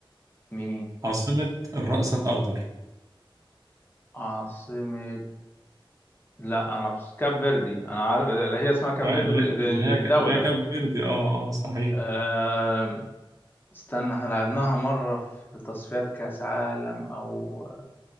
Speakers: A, on the left; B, on the right.
A: مين
B: عاصمة الرأس الأخضر
A: عاصمة لا انا بس كاب فيردي انا عارف هي اسمها كاب
B: آه،
A: فيردي
B: اللي
A: بال-
B: اللي
A: بالدولة
B: هي اللي هي كاب فيردي اه اه صحيح
A: آم، استنى احنا لعبناها مرة في تصفيات كاس عالم او